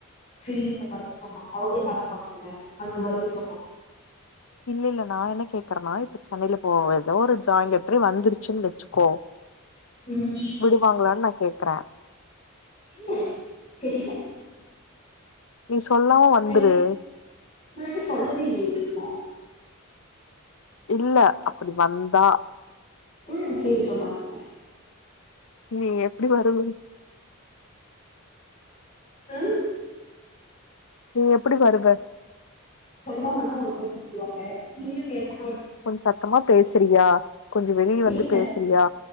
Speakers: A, on the left; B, on the left.
A: பிரிங்க மாரி சொன்னா அவுங்ளே பாத்துபாங்க இல்ல அந்த மாரி சொன்னோ
B: இல்ல-இல்ல நா என்ன கேக்குறனா இப்ப சென்னையில போற எதோ ஒரு ஜாயின் லட்டர் வந்துருச்சுன் வெச்சுக்கோ
A: ம்
B: விடுவாங்களா நா கேட் க்ரா <unintelligible>
A: என்ன தெரில
B: நீ சொல்லாம வந்துரு
A: நா நா இன்னு சொல்லவே இல்லையே வீட்ல
B: இல்ல அப்படி வந்தா
A: உம் சேரி <unintelligible>
B: நீ எப்டி வருவ
A: ம்
B: நீ எப்படி வருவ
A: சொல்லாம இருந்தா உன்ன கோதுவுட்ருவாங்க நீயு <unintelligible>
B: கொஞ்சம் சத்தமா பேசுறியா கொஞ்ச வெளிய
A: இல்ல
B: வந்து பேசுறியா